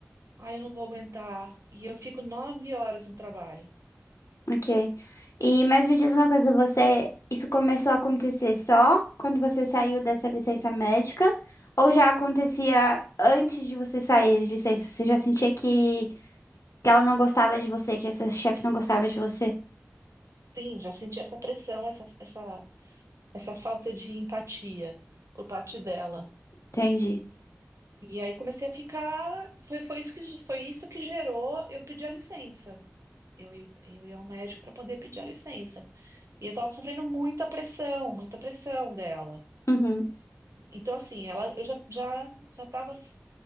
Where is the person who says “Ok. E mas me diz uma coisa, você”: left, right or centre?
Left